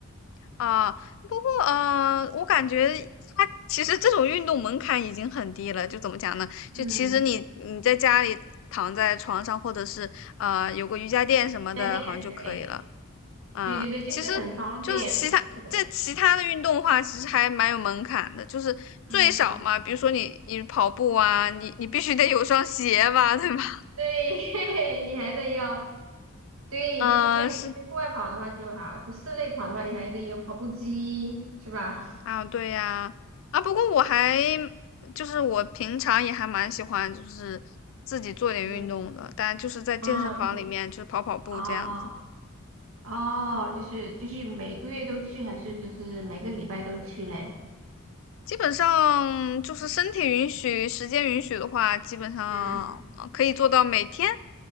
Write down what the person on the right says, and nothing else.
嗯。
在店，
对，
对对对，就是很方便，
是的，
嗯，
对，<laughs> 你还得要，对，
就是像你去户外跑的话就好，
在室内跑的话，你还得有跑步机，是吧？
就是
哦，你哦哦，就是就是每个月都去，还是就是每个礼拜都去嘞？
嗯，